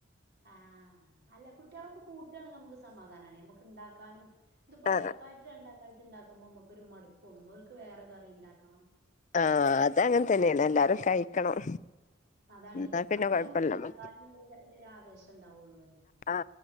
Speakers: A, on the right (about 55°); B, on the left (about 40°).
A: ആഹ് അല്ല കുട്ട്യാളൊക്കെ കൂട്ടാണെങ്കി മ്മക്ക് സമാധാനാണെ നമ്മക്ക് ണ്ടാക്കാനും ഇതിപ്പോഒരാക്കായിട്ട്
B: ആ
A: രണ്ട ക്കായിട്ട്ണ്ടാക്കുമ്പോ മുക്കൊരു മടുപ്പ് തോന്നും ഓല്ക് വേറേ കറി ഇണ്ടാകണം
B: ആ അതങ്ങൻതന്നെണ് എല്ലാരും കഴിക്കണം
A: അതാണെ
B: എന്നാ പിന്നെ
A: അപ്പളെ
B: കൊഴപ്പല്ല
A: മ്മക്ക് ഇണ്ടാക്കാനുള്ളൊരു
B: മറ്റേ
A: ആവേശം ണ്ടാവുള്ളൂ കറി
B: ആ